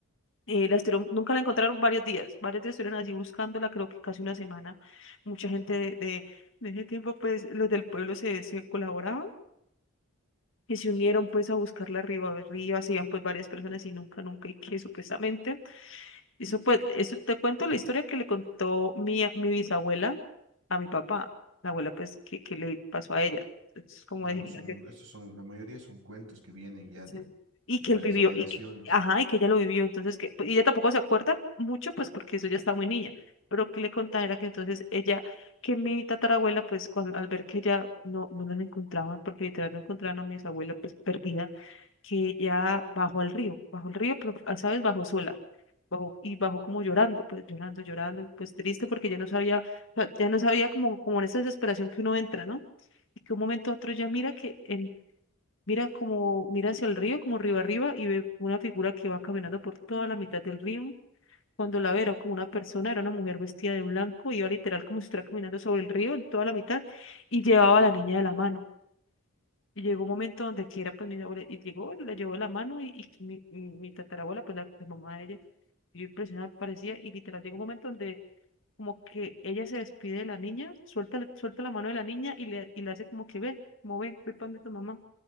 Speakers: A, on the left; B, on the right.
A: eh, la estuvieron- nunca la encontraron varios días, varios días estuvieron así buscándola, creo que casi una semana. Mucha gente de, de, de ese tiempo, pues los del pueblo se, se colaboraban y se unieron pues a buscarla arriba, arriba, se iban pues varias personas y nunca, nunca, y que supuestamente, eso pues, eso te cuento la historia que le contó mi, a- mi bisabuela a mi papá, la abuela pues que, que le pasó a ella. Es como
B: Claro,
A: de...
B: son, estos son, la mayoría son cuentos que vienen ya
A: Sí.
B: de,
A: Y
B: de
A: que
B: varias
A: él vivió,
B: generaciones.
A: y que, ajá, y que ella lo vivió, entonces que, y ella tampoco se acuerda mucho, pues porque eso ya estaba muy niña, pero que le contaba era que entonces ella, que mi tatarabuela, pues cuando, al ver que ella no, no las encontraban, porque literal no encontraban a mi bisabuela, pues perdida, que ella bajó al río, bajó al río, pero, ah, ¿sabes? Bajó sola. Bajó, y bajó como llorando, pues llorando, llorando, pues triste porque ya no sabía, o sea, ya no sabía como, como en esa desesperación que uno entra, ¿no? Y que un momento a otro ya mira que en Mira como, mira hacia el río, como río arriba, y ve una figura que va caminando por toda la mitad del río. Cuando la ve, era como una persona, era una mujer vestida de blanco, iba literal como si estuviera caminando sobre el río en toda la mitad, y llevaba a la niña de la mano. Y llegó un momento donde quiera, pues mi abuela, y llegó, y la llevó de la mano, y, y mi, mi- mi tatarabuela, pues la, la mamá de ella, yo impresionada parecía, y literal llegó un momento donde como que ella se despide de la niña, suelta, la- suelta la mano de la niña y le, y le hace como que ve, como ve, ve para donde tu mamá,